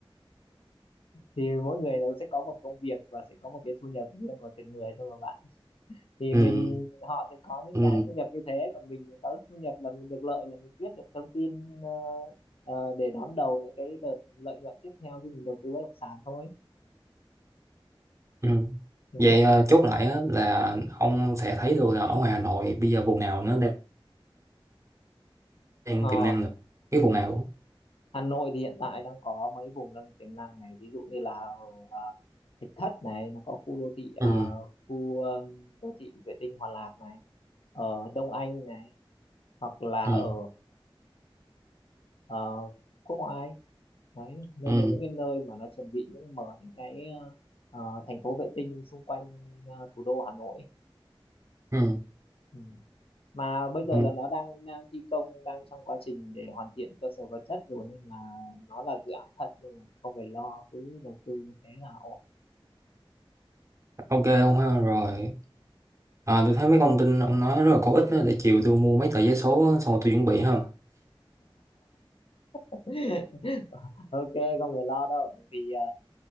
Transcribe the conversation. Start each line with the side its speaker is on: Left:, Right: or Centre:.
Left: thì mỗi người đều sẽ có một công việc và sẽ có một cái thu nhập riêng của từng người thôi mà bạn thì
Right: ừ
Left: mình họ sẽ có những
Right: Ừ,
Left: cái thu nhập như thế còn mình có thu nhập là mình được lợi là mình biết được thông tin ờ, ờ, để đón đầu những cái đợt lợi nhuận tiếp theo khi mình đầu tư bất động sản thôi
Right: ừ.
Left: đúng
Right: Vậy
Left: rồi
Right: ờ, chốt lại á, là ông sẽ thấy được là ở ngoài Hà Nội bây giờ vùng nào nó đang, đang
Left: ờ,
Right: tiềm năng được cái vùng nào luôn
Left: Hà Nội thì hiện tại đang có mấy vùng đang tiềm năng này ví dụ như là ờ, Thạch Thất này nó có khu đô thị
Right: ừ,
Left: ờ, khu ờ, đô thị vệ tinh Hòa Lạc này ở Đông Anh này hoặc là
Right: ừ,
Left: ở ờ, quốc ngoại đấy đây
Right: ừ,
Left: là những cái nơi mà nó chuẩn bị những mở những cái ờ, ờ, thành phố vệ tinh xung quanh ờ, thủ đô Hà Nội
Right: ừ,
Left: ừ. mà bây giờ
Right: ừ.
Left: là nó đang đang thi công đang trong quá trình để hoàn thiện cơ sở vật chất rồi nên là nó là dự án thật nên là không phải lo cứ đầu tư như thế là ổn
Right: ok ông ha rồi à, tôi thấy mấy thông tin ông nói rất là có ích đó, để chiều tôi mua mấy tờ vé số xong rồi tôi chuẩn bị ha
Left: <laughs> ok không phải lo đâu thì ờ,